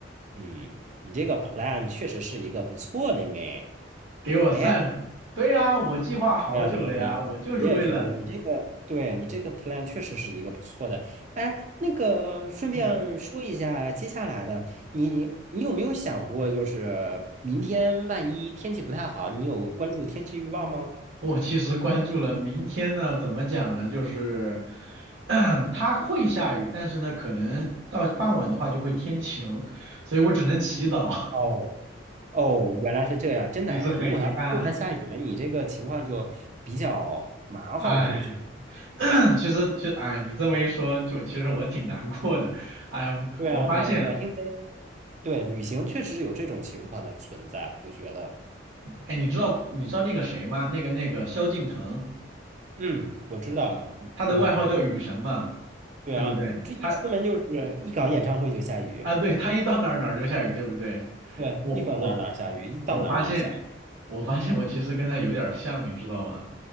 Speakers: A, on the right; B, on the right.
A: 嗯，你这个 plan 确实是一个不错的呢。
B: 给我散，
A: 哎，
B: 对呀，我计划好久了呀，
A: 对啊，对啊，对啊，
B: 我就是为了，
A: 我也觉得你这个，对你这个 plan 确实是一个不错的。哎，那个顺便说一下，
B: 嗯，
A: 接下来的你，你有没有想过，就是明天万一天气不太好，你有关注天气预报吗？
B: 我其实关注了明天呢，怎么讲呢？就是 <clears throat> 它会下雨，但是呢，可能到傍晚的话就会天晴，所以我只能祈祷，
A: 哦哦，原来是这样，
B: <laughs>
A: 真的哎。
B: 就是很遗憾啊。
A: 如果要是突然下雨了，你这个情况就比较麻烦了，
B: 哎，
A: 我觉得。
B: <clears throat> 其实就哎，你这么一说，就其实我挺难过的。哎，
A: 对啊，
B: 我发现，
A: 对啊，对啊，因为对，旅行确实是有这种情况的存在，我觉得。
B: 哎，你知道你知道那个谁吗？那个那个萧敬腾，
A: 嗯，我知道。嗯，
B: 他的外号叫雨神嘛，
A: 嗯对啊，
B: 对不对？
A: 一这一出门就是一搞演唱会就下雨，
B: 他啊，对，他一到哪儿哪儿就下雨，对不对？
A: 对，
B: 我我
A: 一搞哪儿哪儿下雨，一到哪儿哪儿下雨。
B: 我发现，我发现我其实跟他有点儿像，你知道吗？